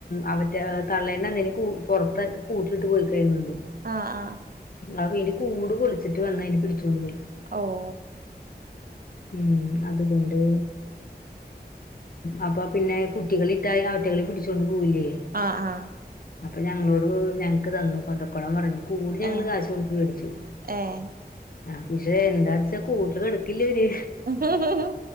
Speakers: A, on the left (about 60°); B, on the right (about 60°).
A: അവറ്റ തള്ളേ തന്തേനി കൂ പുറത്താകി കൂട്ടിലിട്ട് പോയിക്കെരുന്നു ന്ന്
B: ആഹ് ആഹ്
A: അവര് കൂട് പൊളിച്ചിട്ട് വന്നേ അയിനെ പിടിച്ചു പോയി
B: അഹൂ
A: ഉം അതുകൊണ്ട് അപ്പൊ പിന്നെ കുട്ടികള് ഇതായ ആറ്റകളിൽ പിടിച്ചോണ്ട് പോവില്ലേ
B: ആഹ് ആഹ്
A: അപ്പൊ ഞങ്ങളോട് ഞങ്ങക്ക് തന്നു കൊണ്ടക്കോളാൻ പറഞ്ഞു കൂട് ഞങ്ങള്
B: ഏഹ്
A: കാശ് കൊടുത്ത് മേടിച്ചു
B: ഏഹ്
A: ആഹ് പക്ഷെ എന്താ വച്ചാ കൂട്ടില് കിടക്കില്ലേര്
B: ആഹ്